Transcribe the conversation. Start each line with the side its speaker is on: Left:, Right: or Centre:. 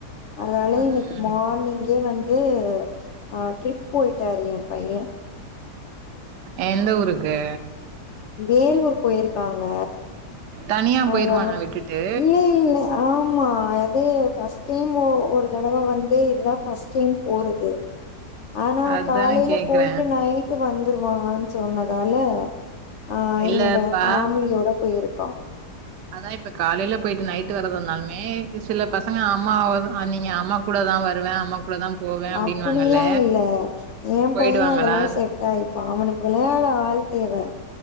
Left: அதால
Right: ம்
Left: இன்னைக்கு மார்னிங்கே வந் வந்து ஆ ட்ரிப் போயிட்டாரு ஏம் பைய
Right: எந்த ஊருக்கு
Left: வேலூர் போயிருக்காங்க
Right: தனியா
Left: ஆ
Right: போயிருவானா விட்டுட்டு
Left: இல்லே இல்ல ஆமா அது ஃபர்ஸ்ட் டைமு ஒரு தடவ வந்து இதுதா ஃபர்ஸ்ட் டைம் போறது ஆனா
Right: அதான
Left: காலையில
Right: கேக்குறே
Left: போயிட்டு நைட்டு வந்துருவாங்கன் சொன்னதால ஆ
Right: இல்லப்பா
Left: எங்க ஃபேமிலியோட போயிருக்கா
Right: அதா இப்ப காலைல போயிட்டு நைட்டு வர்றதாருந்தாலுமே சில பசங்க அம்மாவ அ நீங்க அம்மா கூட தா வருவ அம்மா கூட தா போவே அப்டின்னுவாங்கல்ல
Left: அப்டில்லா இல்ல ஏம்
Right: போயிடுவாங்களா
Left: பைய அதெல்லா செட் ஆயிப்பா அவனுக்கு விளையாட ஆள் தேவ